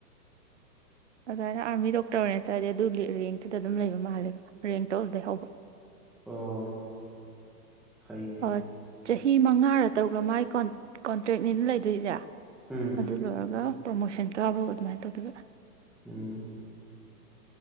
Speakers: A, on the right; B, in the centre.
A: ꯑꯗꯨꯃꯥꯏꯅ ꯑꯥꯔꯃꯤ ꯗꯣꯛꯇꯔ ꯑꯣꯏꯅ ꯆꯠꯂꯗꯤ ꯑꯗꯨ ꯔꯦꯡꯛꯇꯨꯗ ꯑꯗꯨꯝ ꯂꯩꯕ ꯃꯥꯜꯂꯦꯕ ꯔꯦꯡꯛꯇꯣ ꯑꯗꯨꯗꯩ ꯍꯧꯕ
B: ꯑꯣ ꯐꯩꯅꯦ
A: ꯑ ꯆꯍꯤ ꯃꯉꯥꯔ ꯇꯔꯨꯛꯂ ꯃꯥꯒꯤ ꯀꯣꯟꯇ꯭ꯔꯦꯛꯅꯤꯅ ꯂꯩꯗꯣꯏꯖꯦ
B: ꯎꯝ
A: ꯑꯗꯨꯗꯒ ꯄ꯭ꯔꯣꯃꯣꯁꯟ ꯀꯥꯕ ꯑꯗꯨꯃꯥꯏꯅ ꯇꯧꯗꯨꯏꯕ
B: ꯎꯝ